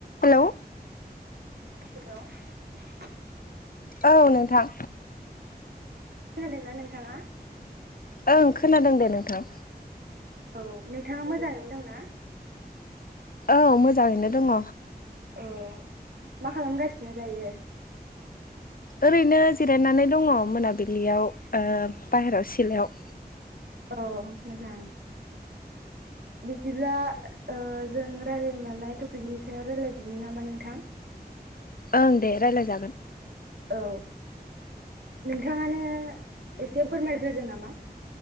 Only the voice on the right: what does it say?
हेल'औ <unintelligible>
खोनादोंना नोंथाङा?
औ नोंथाङा मोजाङैनो दंना।
औ मा खालामगासिनो दायो?
अ मोजां। बिदिब्ला ओ जों रायलायनानो लानाय टपिकनि सायाव रायलायदिनि नामा नोंथां?
औ नोंथाङानो एसे फोरमायग्रोदो नामा।